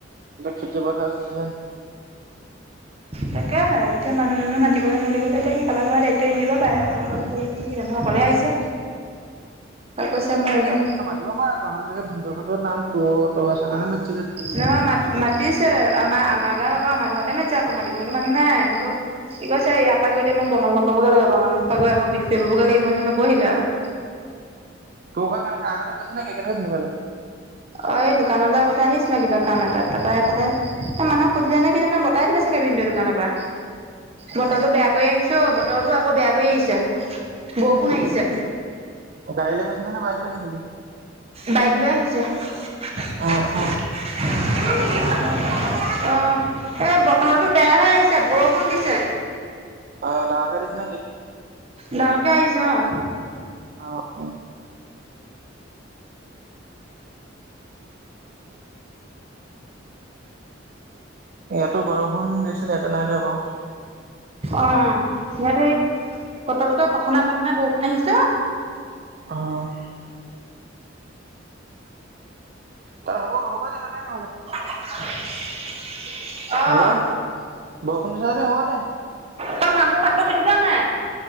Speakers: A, on the right; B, on the right.
A: এতিয়া খেতি পথাৰ চিজেন।
B: তাকেহে এতিয়া মানুহজনো মাতিবলে মেলিবলে এতিয়া সি কাবাৰ খাবাৰ দায়িত্ব দিব পাৰে অকলে -অকলে কৰি মই কি জানো অকলেহে আহিছে তই কৈছে মোৰ একদম
A: দিব পাৰা তহঁতে চাগে ভিনদৰ ঘৰতো নাম <unintelligible>
B: নহয় মাত -মাতিছে আমাৰ- আমাৰ গাঁও ক আমাৰ ঘৰতে মাতিছে আকৌ মাতিবলেতো মানুহ নাই হ'লেও সি কৈছে ইয়াৰ পৰা গৈ মই বঙালমত পাবগে লাগিব বঙমৰ পৰা গৈ আকৌ বিহ পৰীয়া পাবগে লাগিব নে নবহিলে আওঁ।
A: তোৰ ঘৰ কেনেকে আগতে কৈছে নেকি কেনেকে চিনি পালি?
B: অ, এই দোকানলৈ আগতে আহিছিলে কিবা কাম এটাত তাপা এইফালে এই মানুহ সুধিলে নে কিজানে বটাই দিলে চাগে ভিনদও দোকানৰ পৰা।
A: অ'
B: বতৰটো বেয়া কৰি আহিছে অ, বতৰটো আকৌ বেয়া কৰি আহিছে বৰষুণ আহিছে।
A: অ, গাড়ী লৈ গৈছিলি নে বাইক লৈ গৈছিলি?
B: বাইক লৈ আহিছে। <unintelligible>
A: অ' অ'।
B: অ, এ বতৰটো বেয়া হৈ আহিছ ছে বৰষুণ দিছে
A: অ' ডাঙৰকে দিছে নেকি?
B: ডাঙৰকে আহিছে অ,
A: আ, উ, ইয়াতো বৰষুণ দিছিলে ইয়াতে নাই দিয়া বাৰু।
B: অ, ইয়াতে পতককে কথা নাই বটৰা নাই বৰষুণ আহিছে অ,
A: অহ', তে হ'ব -হ'ব দে, তাতে নহ'লে
B: <unintelligible> অ',
A: হেল্ল', বৰষুণ দিছে যদি হ'ব দে।
B: ত মামো মাতটো শুনিছ নাই!